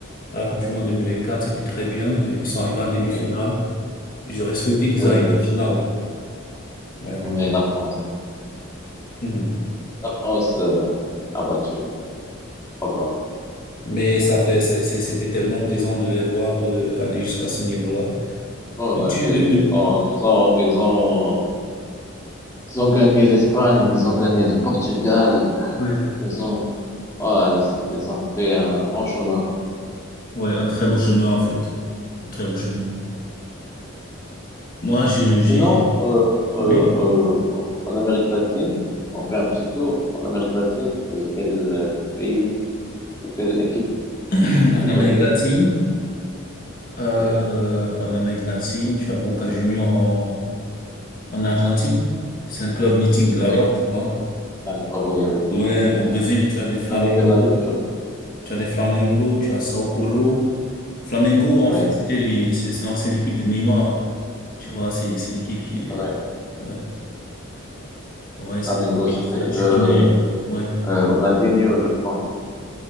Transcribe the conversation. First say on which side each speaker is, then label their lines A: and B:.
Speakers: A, on the left; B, on the left.
A: À la Coupe du Monde 2024, c'était très bien. Euh, Ils sont arrivés en demi-finale.
B: oui,
A: J'aurais souhaité qu'ils
B: oui,
A: arrivent
B: oui.
A: en finale. Ouais.
B: Mais la France.
A: Mhm.
B: La France euh, a battu, c'est pas grave.
A: Mais ça fait, c'est- c'est- c'était tellement plaisant de les voir euh, aller jusqu'à ce niveau-là.
B: Ouais, ouais,
A: Donc, tu-
B: ils
A: de- de-
B: ils ont, ils ont, ils ont, ils ont gagné l'Espagne, ils ont gagné le Portugal,
A: Ouais.
B: ils ont, ouais, ils ont fait un grand chemin.
A: Ouais, un très beau chemin en fait. Un très beau chemin. Moi, je,
B: Sinon,
A: j'ai, j'ai-
B: euh, euh,
A: oui,
B: euh, en Amérique latine, on fait un petit tour en Amérique latine. Et quel euh, pays ou quelle équipe
A: <clears throat> en
B: que tu connais?
A: Amérique latine, euh,
B: Ouais.
A: en Amérique latine, tu as Boca Junior en, en Argentine. C'est un club mythique de
B: Oui.
A: là-bas, tu vois.
B: D'accord, oui, oui.
A: Ouais, au Brésil, tu as des Flamengo,
B: J'allais dire la même chose.
A: tu as des Flamengo, tu as Sao Paulo. Flamengo, en
B: Oui,
A: fait, c'était les, c'est c'est l'ancienne équipe de Neymar. Tu vois, c'est, c'est l'équipe qui est,
B: oui.
A: ouais, ouais,
B: Le Flamengo,
A: c'est ce que
B: c'est
A: je sais,
B: celle
A: je
B: de
A: connais, ouais.
B: euh, Ronaldinho, je crois.